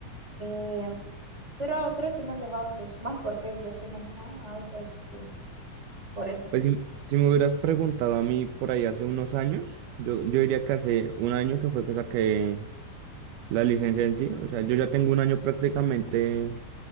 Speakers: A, on the right; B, on the right.
A: Eh, pero creo que más los autos, más porque yo sé manejar autos, así que por eso,
B: Pues si, si me hubieras preguntado a mí por ahí hace unos años, yo, yo diría que hace un año que fue que saqué la licencia en sí. O sea, yo ya tengo un año prácticamente,